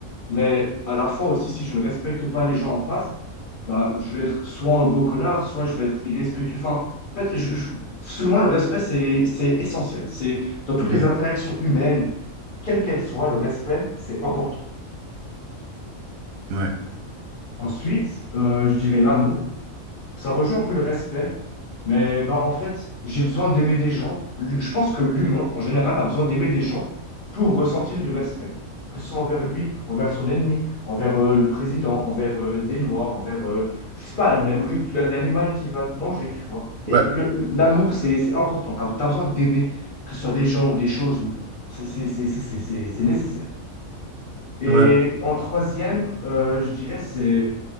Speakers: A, on the left (about 50°); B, on the right (about 80°).
A: Mais à la fois aussi, si je ne respecte pas les gens en face, bah, je vais être soit un gros connard, soit je vais être irrespectueux. Enfin, en fait, je, je- selon moi, le respect, c'est, c'est essentiel. C'est dans toutes
B: Ouais,
A: les interactions humaines, quelles qu'elles soient, le respect, c'est important.
B: ouais,
A: Ensuite, euh, je dirais l'amour. Ça rejoint un peu le respect, mais ben, en fait, j'ai besoin d'aimer des gens. L- Je pense que l'humain, en général, a besoin d'aimer des gens pour ressentir du respect, que ce soit envers lui, envers son ennemi, envers euh, le président, envers euh, des lois, envers, euh, je sais pas, la nourriture, la- l'animal qui va te manger, tu vois. Y
B: ouais.
A: a- le- L'amour, c'est c'est important. T'as, as besoin d'aimer, que ce soit des gens ou des choses, ou c'est c'est- c'est- c'est- c'est- c'est- c'est nécessaire. Et
B: ouais.
A: en troisième, euh, je dirais, c'est